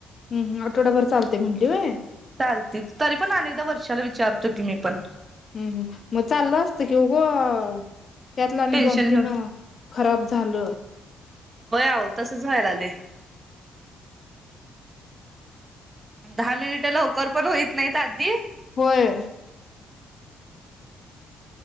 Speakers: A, on the left; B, on the right.
A: हम्म हम्म, आठवडाभर चालते म्हणली व्हय.
B: चालत्यात, तरी पण आणि ऐकदा वर्षाला विचारतो की मी पण.
A: हम्म हम्म, मग चालल असत कि उग त्यातल आणि
B: टेन्शन
A: दोन तीन
B: घेऊन
A: खराब झाल.
B: व्हय आहो तसच व्हायला आलय. दहा मिनिट लवकर पण होईत नाहीत आधी
A: होय